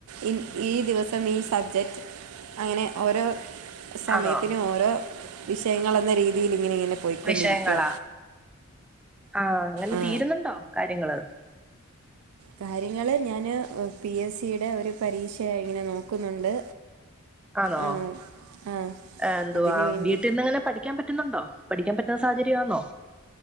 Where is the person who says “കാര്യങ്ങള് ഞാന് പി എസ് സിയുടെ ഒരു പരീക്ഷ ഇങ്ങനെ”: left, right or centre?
Right